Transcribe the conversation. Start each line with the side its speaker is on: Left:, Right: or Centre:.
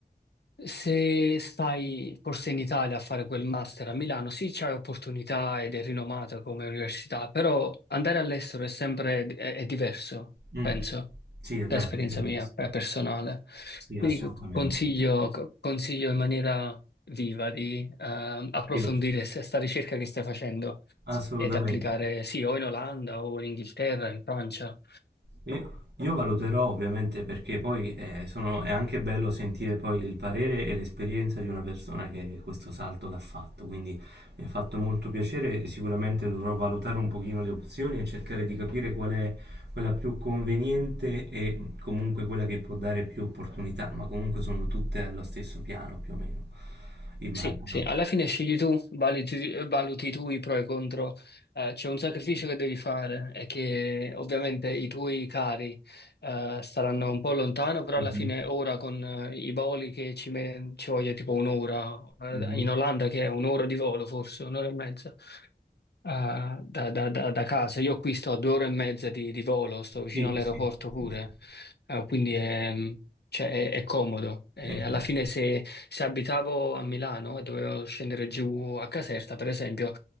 Left: se stai forse in Italia a fare quel master a Milano, sì, c'è opportunità ed è rinomata come università, però andare all'estero è sempre è, è diverso,
Right: Mm.
Left: penso,
Right: Sì, è vero,
Left: da esperienza
Right: è verissimo.
Left: mia eh, personale.
Right: Sì,
Left: Quindi
Right: assolutamente.
Left: c- consiglio, c- consiglio in maniera viva di ehm, approfondire
Right: Sì, va-
Left: questa ricerca che stai facendo
Right: Assolutamente.
Left: ed applicare, sì, o in Olanda o in Inghilterra, in Francia.
Right: Io io valuterò ovviamente perché poi eh, sono- è anche bello sentire poi il parere e l'esperienza di una persona che questo salto l'ha fatto, quindi mi ha fatto molto piacere, sicuramente dovrò valutare un pochino le opzioni e cercare di capire qual è quella più conveniente e comunque quella che può dare più opportunità, ma comunque sono tutte allo stesso piano più o meno, immagino.
Left: Sì, sì, alla fine scegli tu, valuti, valuti tu i pro e i contro. Eh, c'è un sacrificio che devi fare e che ovviamente i tuoi cari eh, staranno un po' lontano, però
Right: Mhm,
Left: alla fine ora con eh, i voli che ci, me- ci voglia tipo un'ora,
Right: mhm.
Left: eh, in Olanda che è un'ora di volo forse, un'ora e mezza, Ah, da, da- da- da casa. Io qui sto a due ore e mezza di, di volo, sto vicino
Right: Sì,
Left: all'aeroporto
Right: sì,
Left: pure,
Right: sì, sì.
Left: Ah, quindi è, cioè, è- è comodo. E
Right: Esatto.
Left: alla fine se, se abitavo a Milano e dovevo scendere giù a Caserta, per esempio,